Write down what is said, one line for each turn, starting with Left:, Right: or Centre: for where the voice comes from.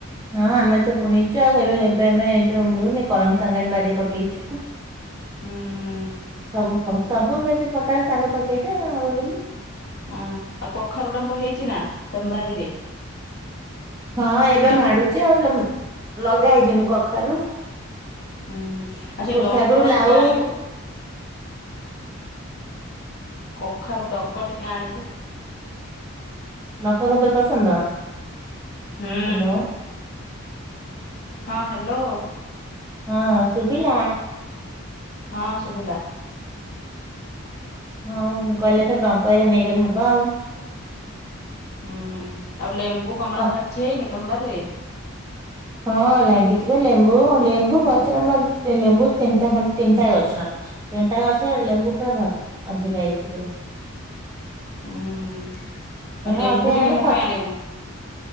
Right: ହଁ ଆମେ ତ ପୁଣିଇଛୁ ଆଉ ଏବେ ଏବେ ଆମେ ଯୋଉ ମିଳୁନି କଲମ ସାଙ୍ଗାଣି ବାରିରେ ପକେଇଛୁ।
Left: ହୁଁ ହୁଁ।
Right: ସବୁ ସବୁ ଭେରାଇଟି ପ୍ରକାର ଶାଗ ପକେଇଚୁ ହବ ବୋଲି।
Left: ହଁ ଆଉ କଖାରୁ ଡଙ୍କ ହେଇଛି ନା ତମ ବାରିରେ?
Right: ହଁ ଏବେ ମାଡୁଛି ଆଉ ଲଗା ହେଇଛି ଏଇନୁ କଖାରୁ।
Left: ହୁଁ ଆଉ ସେଇ
Right: କଖାରୁ
Left: ଡଙ୍କ
Right: ଲାଉ
Left: ଟିକେ ଆଣିବୁ। କଖାରୁ ଡଙ୍କ ଟିକେ ଆଣିବୁ।
Right: ଡଙ୍କ କଁ ତୋର ପସନ୍ଦ ହ୍ୟାଲୋ।
Left: ହୁଁ ହଁ ହ୍ୟାଲୋ
Right: ହଁ ଶୁଭିଲା।
Left: ହଁ ଶୁଭିଲା।
Right: ହଁ ହଁ ଗଲେ ଥଏର ଡ଼ଙ୍କ ଏଇରା ନେଇଗଲେ ହବ ଆଉ।
Left: ହୁଁ ଆଉ ଲେମ୍ବୁ କମଳା
Right: ଅ
Left: ହେରା କିଛି ହେଇନି ତମ ବାରିରେ?
Right: ହଁ ଲାଗିଯିବ ଲେମ୍ବୁ ଲେମ୍ବୁ ଗଛରେ ଲେମ୍ବୁ ତିନିଟା ତିନିଟା ଗଛ। ତିନିଟା ଗଛରେ ଲେମ୍ବୁ ପୁରା ଅଧିକା ହେଇଛି ପୁରା।
Left: ଉୁଁ ହୁଁ ଆଉ
Right: ହଁଧଣି
Left: ଲେମ୍ବୁ ଟିକେ ମୋ
Right: ଖ <unintelligible>
Left: ପାଇଁ ଆଣିବୁ।